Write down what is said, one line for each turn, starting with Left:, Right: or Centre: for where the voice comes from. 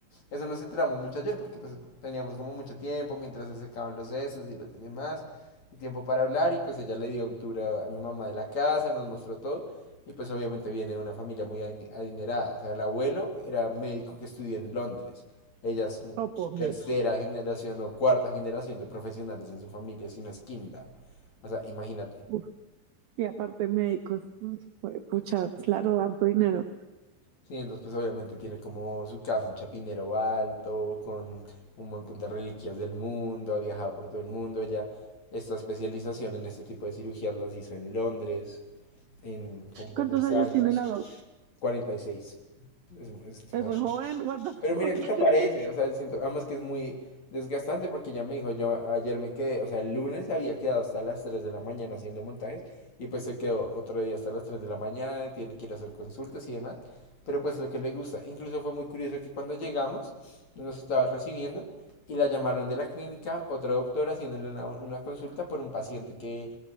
Left: Eso nos enteramos mucho ayer porque pues teníamos como mucho tiempo mientras se secaban los sesos y los demás, y tiempo para hablar y pues ella le dio un tour a, a mi mamá de la casa, nos mostró todo. Y pues obviamente viene de una familia muy adinerada. O sea, el abuelo era médico que estudió en Londres. Ella es mm,
Right: Oh, por
Left: tercera
Right: Dios.
Left: generación o cuarta generación de profesionales en su familia, si no es quinta. O sea, imagínate.
Right: Uf, Y aparte médicos. Mm, jue- Pucha, claro, harto dinero.
Left: Sí, entonces pues obviamente tiene como su casa en Chapinero Alto, con un montón de reliquias del mundo, ha viajado por todo el mundo, ya esta especialización en este tipo de cirugías las hizo en Londres, en como por
Right: ¿Cuántos
Left: seis
Right: años
Left: años,
Right: tiene la doc?
Left: 46, es, es
Right: Es
Left: joven.
Right: re joven, what the fuck.
Left: Pero mira que no
Right: <laughs>
Left: parece, o sea, siento, además que es muy desgastante porque ya me dijo, yo ayer me quedé, o sea, el lunes había quedado hasta las 3 de la mañana haciendo montajes y pues se quedó otro día hasta las 3 de la mañana, y tiene que ir a hacer consultas y demás, pero pues lo que le gusta, incluso fue muy curioso que cuando llegamos nos estaba recibiendo y la llamaron de la clínica, otra doctora haciéndole una, una consulta por un paciente que